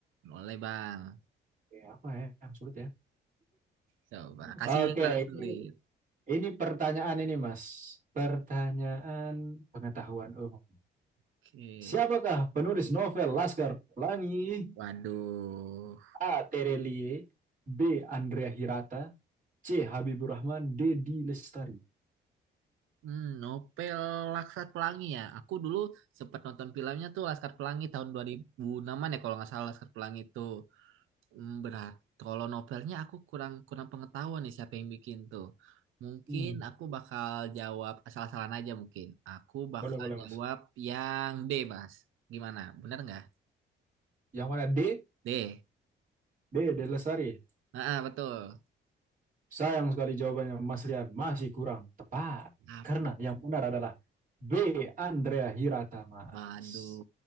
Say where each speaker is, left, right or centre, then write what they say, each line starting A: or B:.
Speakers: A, on the right; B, on the right.
A: Boleh, Bang.
B: Oke apa ya yang sulit ya
A: Coba kasih
B: Oke
A: yang rada sulit.
B: ini Ini pertanyaan ini, Mas. Pertanyaan pengetahuan umum.
A: Oke.
B: Siapakah penulis novel Laskar Pelangi?
A: Waduh,
B: A. Terelie B. Andrea Hirata C. Habibur Rahman D. D. Lestari.
A: hmm, novel Laskar Pelangi ya. Aku dulu sempat nonton filmnya tuh Laskar Pelangi tahun 2006-an ya kalau nggak salah Laskar Pelangi itu. Hmm, berat. Kalau novelnya aku kurang kurang pengetahuan nih siapa yang bikin tuh. Mungkin
B: Hmm,
A: aku bakal jawab asal-asalan aja mungkin. Aku bakal
B: Boleh, boleh,
A: jawab
B: Mas.
A: yang D, Mas. Gimana? Bener nggak?
B: Yang mana D?
A: D.
B: D. D. Lestari.
A: Ah, betul.
B: Sayang sekali jawabannya, Mas Rian. Masih kurang tepat.
A: Ah,
B: Karena yang benar adalah B. Andrea Hirata, Mas.
A: Waduh,